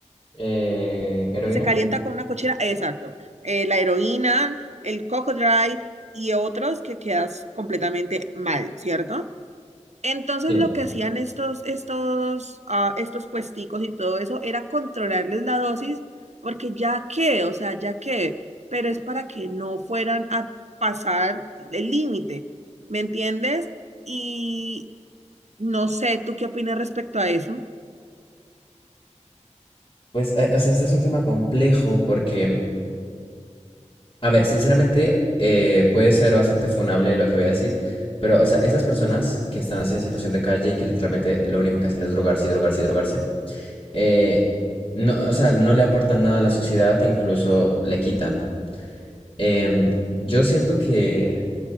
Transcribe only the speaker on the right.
se calienta con una cochera, exacto. Eh, la heroína, el coco drive y otros que quedas completamente mal, ¿cierto? Entonces
lo que hacían estos, estos, ah, estos puesticos y todo eso era controlarles la dosis, porque ya que, o sea, ya que, pero es para que no fueran a pasar el límite, ¿me entiendes? Y no sé, ¿tú qué opinas respecto a eso?